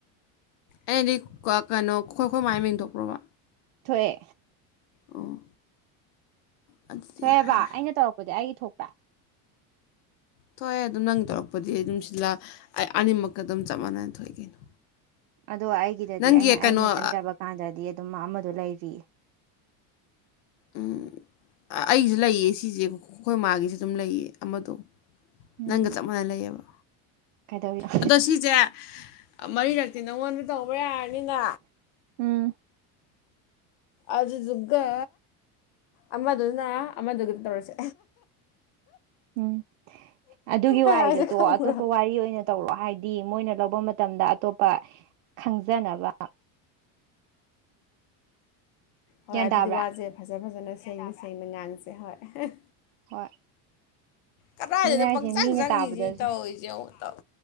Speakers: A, on the left; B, on the right.
A: ꯑꯩꯅ ꯍꯥꯏꯗꯤ ꯀ ꯀꯩꯅꯣ ꯑꯩꯈꯣꯏ ꯑꯩꯈꯣꯏ ꯃꯥꯏ ꯃꯤꯡ ꯊꯣꯛꯄ꯭ꯔꯣꯕ
B: ꯊꯣꯛꯑꯦ
A: ꯑꯣ ꯑꯗꯨꯗꯤ
B: ꯊꯣꯛꯑꯦꯕ
A: ꯌꯥꯔꯦ
B: ꯑꯩꯅ ꯇꯧꯔꯛꯄꯗꯤ ꯑꯩꯒꯤ ꯊꯣꯛꯄ <inaudible> <unintelligible>
A: ꯊꯣꯛꯑꯦ ꯑꯗꯨꯝ ꯅꯪ ꯇꯧꯔꯛꯄꯗꯤ ꯑꯗꯨꯝ ꯁꯤꯜꯂ ꯑꯅꯤꯃꯛꯛꯇ ꯑꯗꯨꯝ ꯆꯞ ꯃꯥꯟꯅꯅ ꯊꯣꯛꯏ ꯀꯩꯅꯣ
B: ꯑꯗꯣ ꯑꯩꯒꯤꯗꯗꯤ
A: ꯅꯪꯒꯤ
B: ꯑꯩꯅ
A: ꯀꯩꯅꯣ
B: ꯑꯩꯅ
A: ꯑ-
B: ꯆꯪꯖꯕ ꯀꯥꯟꯗꯗꯤ ꯑꯗꯨꯃ ꯑꯃꯗꯣ ꯂꯩꯔꯤ
A: ꯎꯝ ꯑꯩꯁꯨ ꯂꯩꯌꯦ ꯁꯤꯁꯦ ꯑꯩꯈꯣꯏ ꯃꯥꯒꯤꯁꯨ ꯑꯗꯨꯝ ꯂꯩꯌꯦ ꯑꯃꯗꯣ
B: ꯎꯝ
A: ꯅꯪꯒ ꯆꯞ ꯃꯥꯟꯅꯅ ꯂꯩꯌꯦꯕ
B: ꯀꯩꯗꯧꯔꯤꯅꯣ
A: ꯑꯗꯣ ꯁꯤꯁꯦ ꯃꯔꯤꯔꯛꯇꯤ ꯅꯪꯉꯣꯟꯗ ꯇꯧꯕ ꯄꯨꯔ ꯑꯅꯤꯅ
B: ꯎꯝ
A: ꯑꯗꯨꯗꯨꯒ ꯑꯃꯗꯨꯅ ꯑꯃꯗꯨꯒ ꯇꯧꯔꯁꯦ
B: ꯎꯝ ꯑꯗꯨꯒꯤ
A: ꯑꯩ
B: ꯋꯥꯔꯤꯗꯨꯇꯣ
A: ꯍꯥꯏꯁꯦ ꯈꯪꯕ꯭ꯔꯣ
B: ꯑꯇꯣꯞꯄ ꯋꯥꯔꯤ ꯑꯣꯏꯅ ꯇꯧꯔꯣ ꯍꯥꯏꯗꯤ ꯃꯣꯏꯅ ꯂꯧꯕ ꯃꯇꯝ ꯃꯇꯝꯗ ꯑꯇꯣꯞꯄ ꯈꯪꯖꯅꯕ
A: ꯍꯣꯏ
B: ꯒ꯭ꯌꯥꯟ
A: ꯑꯗꯨꯗꯤ
B: ꯇꯥꯕ꯭ꯔꯥ
A: ꯋꯥꯖꯦ ꯐꯖ ꯐꯖꯅ ꯁꯦꯝ ꯁꯦꯝꯃ ꯉꯥꯡꯁꯦ ꯍꯣꯏ꯫
B: ꯍꯣꯏ
A: ꯀꯗꯥꯏꯗꯅꯣ
B: ꯑꯗꯨꯅꯦ ꯍꯥꯏꯁꯦ
A: ꯄꯪꯆꯪ
B: ꯃꯤꯅ
A: ꯆꯪꯉꯤꯁꯤ
B: ꯇꯥꯕꯗꯁꯨ
A: ꯇꯧꯔꯤꯁꯦ ꯑꯃꯨꯛꯇꯪ